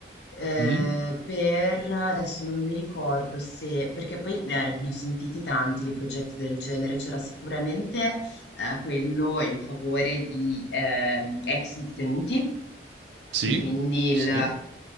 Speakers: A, on the left; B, on the right.
A: eh,
B: mm,
A: per adesso non mi ricordo se, perché poi eh, ne ho sentiti tanti di progetti del genere, c'era sicuramente. eh, quello in favore di ehm, ex detenuti,
B: sì,
A: che quindi
B: sì.
A: il-